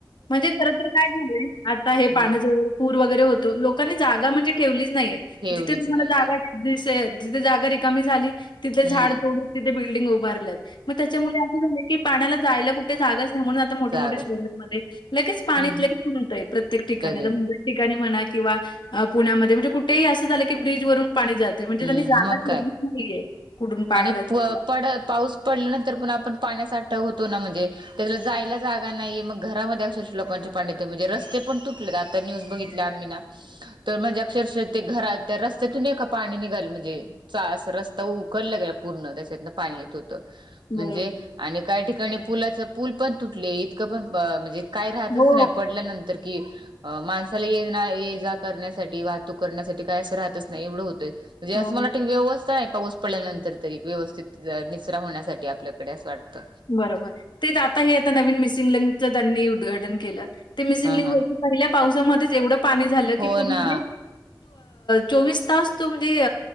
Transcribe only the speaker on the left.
म्हणजे खर तर काय झालय आता हे
पाण्याच ज पूर वगैरे होतो लोकांनी जागा म्हणजे ठेवलीच नाहीये
जिथे तुम्हाला
जागा दिसेल जिथे जागा रिकामी झाली तिथे
झाड तोडून तिथे बिल्डिंग उभारलेत मग त्याच्यामुळे अस झाले की पाण्याला जायला कुठे जागाच नाही म्हनून आता
मोठ मोठ्या शहरांमध्ये लगेच पाणी
लगेच तूंबतये प्रत्येक ठिकाणी
तर मुंबई ठिकाणी म्हणा किंवा पुण्यामध्ये म्हणजे कुठेही अस झाल की ब्रिज वरून पाणी जात त म्हणजे
त्यांनी जागा
ठेवलीच
नाहीये. कुठून पाण्याला
जायला.
बरोबर.
हो,
हो.
बरोबर तेच आता हे आता नवीन मिसिंग लकच त्यांनी उद्घाटन केलं ते मिसिंग
लिंक
व
पहिल्या पावसामध्येच एवढं पाणी झालं
की पूर मध्ये
चोवीस तास तो म्हणजे